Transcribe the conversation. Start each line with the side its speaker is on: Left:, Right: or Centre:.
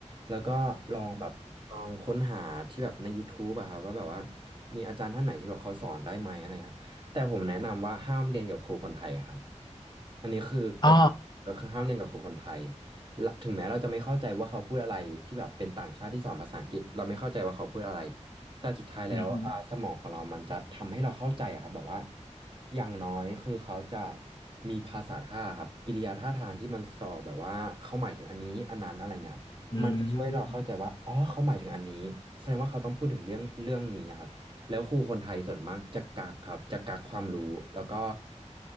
Right: แล้วก็ลองแบบลองค้นหาที่แบบใน YouTube อะครับว่าแบบว่ามีอาจารย์ท่านไหนที่แบบเขาสอนได้ไหมอะไร แต่ผมแนะนำว่าห้ามเรียนกับครูคนไทยครับอันนี้คือกฎ
Left: อ๋อ
Right: ก็คือห้ามเรียนกับครูคนไทยละถึงแม้เราจะไม่เข้าใจว่าเขาพูดอะไรที่แบบเป็นต่างชาติที่สอนภาษาอังกฤษเราไม่เข้าใจว่าเขาพูดอะไรแต่สุดท้ายแล้วอ่าสมองของเรามันจะทำให้เราเข้าใจอะครับแบบว่า
Left: อืม
Right: อย่างน้อยคือเขาจะมีภาษาท่าครับกิริยาท่าทางที่มันสอแบบว่าเขาหมายถึงอันนี้อันนั้นอะไรเงี้ยครับมันจะช่วยเราเข้าใจว่าอ๋อเขาหมายถึงอันนี้แสดงว่าเขาต้องพูดถึงเรื่องเรื่องนี้อะครับ
Left: อืม
Right: แล้วครูคนไทยส่วนมากจะกักครับจะกักความรู้แล้วก็